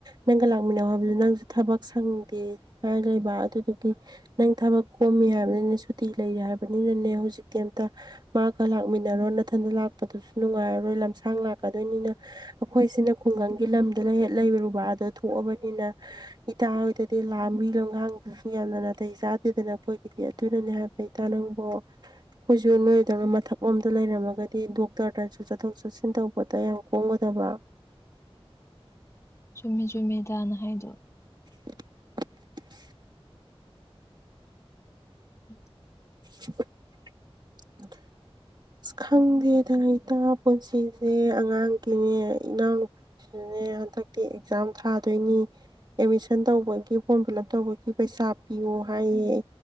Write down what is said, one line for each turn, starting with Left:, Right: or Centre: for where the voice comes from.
Right: ꯅꯪꯒ ꯂꯥꯛꯃꯤꯟꯅꯧ ꯍꯥꯏꯕꯗꯨ ꯅꯪꯁꯨ ꯊꯕꯛ ꯁꯪꯗꯦ ꯍꯥꯏ ꯂꯩꯕ ꯑꯗꯨꯗꯨꯒꯤ ꯍꯍ ꯅꯪ ꯊꯕꯛ ꯀꯣꯝꯃꯤ ꯍꯥꯏꯕꯅꯤꯅ ꯁꯨꯇꯤ ꯂꯩꯔꯦ ꯍꯥꯏꯕꯅꯤꯅꯅꯦ ꯍꯧꯖꯤꯛ ꯀꯩꯝꯇꯥ ꯃꯥꯒ ꯂꯥꯛꯃꯤꯟꯅꯔꯣ ꯅꯊꯟꯗ ꯂꯥꯛꯄꯗꯨꯁꯨ ꯅꯨꯡꯉꯥꯏꯔꯔꯣꯏ ꯂꯝꯁꯥꯡ ꯂꯥꯛꯀꯗꯣꯏꯅꯤꯅ ꯑꯩꯈꯣꯏꯁꯤꯅ ꯈꯨꯡꯒꯪꯒꯤ ꯂꯝꯗ ꯂꯩ ꯍꯦꯛ ꯂꯩꯔꯨꯕꯥꯗꯣ ꯊꯣꯛꯑꯕꯅꯤꯅ ꯏꯇꯥ ꯍꯣꯏꯗꯗꯤ ꯂꯥꯝꯕꯤ ꯂꯝꯒꯥꯡꯗꯨꯁꯨ ꯌꯥꯝꯅ ꯅꯥ ꯇꯩ ꯆꯥꯗꯦꯗꯅ ꯑꯩꯈꯣꯏꯒꯤꯗꯤ ꯑꯗꯨꯅꯅꯦ ꯍꯥꯏꯕ ꯏꯇꯥ ꯅꯪꯕꯣ ꯑꯩꯈꯣꯏꯁꯨ ꯅꯣꯏꯗꯧꯅ ꯃꯊꯛ ꯂꯣꯝ ꯗ ꯂꯩꯔꯝꯃꯒꯗꯤ ꯗꯣꯛꯇꯔꯗꯁꯨ ꯆꯠꯊꯣꯛ ꯆꯠꯁꯤꯟ ꯇꯧꯕꯗ ꯌꯥꯝ ꯀꯣꯝꯒꯗꯕ
Left: ꯆꯨꯝꯃꯦ ꯆꯨꯝꯃꯦ ꯏꯇꯥꯅ ꯍꯥꯏꯗꯣ
Right: ꯂꯧꯁꯤꯟꯕ ꯉꯝꯗꯕ
Left: ꯎꯝ ꯎꯝ
Right: ꯂꯧꯁꯤꯟꯕ ꯉꯝꯗꯕ ꯂꯧꯁꯤꯟꯕ ꯉꯝꯗꯕ ꯑꯁ ꯈꯪꯗꯦꯗ ꯏꯇꯥ ꯄꯨꯟꯁꯤꯁꯦ ꯑꯉꯥꯡꯒꯤꯅꯦ ꯏꯅꯥꯎꯅꯨꯄꯤꯁꯨꯅꯦ ꯍꯟꯗꯛꯇꯤ ꯑꯦꯛꯖꯥꯝ ꯊꯥꯗꯣꯏꯅꯤ ꯑꯦꯠꯃꯤꯁꯟ ꯇꯧꯕꯒꯤ ꯐꯣꯔꯝ ꯐꯤꯜ ꯂꯞ ꯇꯧꯕꯒꯤ ꯄꯩꯁꯥ ꯄꯤꯌꯣ ꯍꯥꯏꯌꯦ